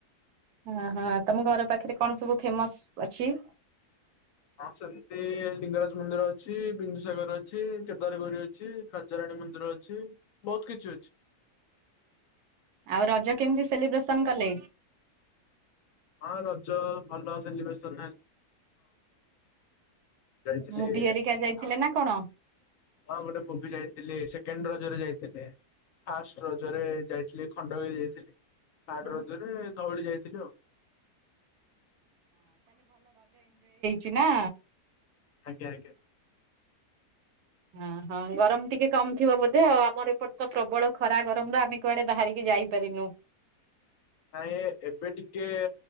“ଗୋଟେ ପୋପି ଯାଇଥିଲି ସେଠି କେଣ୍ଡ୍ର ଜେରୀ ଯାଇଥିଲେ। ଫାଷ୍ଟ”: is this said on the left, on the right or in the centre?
Left